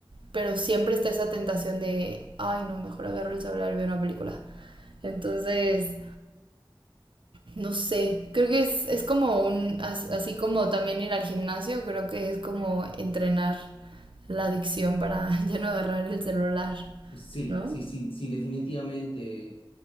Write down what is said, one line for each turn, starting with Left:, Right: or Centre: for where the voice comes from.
Right: pero siempre está esa tentación de, ay, no, mejor agarro el celular y veo una película. Entonces, no sé, creo que es, es como un, as- así como también ir al gimnasio, creo que es como entrenar la adicción para <laughs> ya no agarrar el celular,
Left: Sí,
Right: ¿no?
Left: sí, sí, sí, definitivamente.